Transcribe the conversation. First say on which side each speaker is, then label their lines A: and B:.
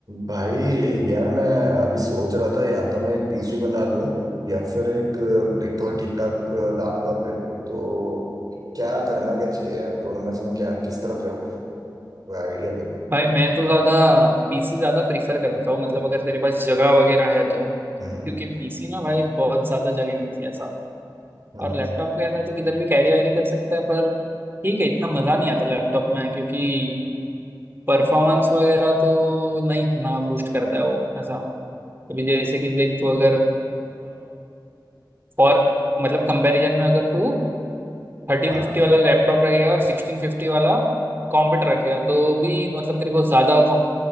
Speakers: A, on the right; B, on the right.
A: भाई यार मैं अभी सोच रहा था या तो मैं एक पीसी बना लूं या फिर एक लाइक थोड़ा ठीक ठाक लैपटॉप ले लूं तो क्या करना क्या चाहिए यार दोनों में से मैं क्या किस तरफ जाऊँ आइडिया दे दो
B: भाई मैं तो ज्यादा पीसी ज्यादा प्रीफर करता हूँ मतलब अगर तेरे पास जगह वगैरह है तो
A: हम्म
B: क्योंकि पीसी ना भाई बहुत ज्यादा जगह लेती है ऐसा
A: हम्म
B: और लैपटॉप का ऐसा है तो किधर भी कैरी वैरी कर सकता है पर ठीक है इतना मजा नहीं आता लैपटॉप में क्योंकि परफॉर्मेंस वगैरह तो नहीं इतना बूस्ट करता है वो ऐसा अभी जैसे कि देख तू अगर फॉर मतलब कंपैरिजन में अगर तू थर्टी
A: हाँ
B: फिफ्टी वाला लैपटॉप रखेगा और सिक्सटीन फिफ्टी वाला कंप्यूटर रखेगा तो भी मतलब तेरे को ज्यादा co-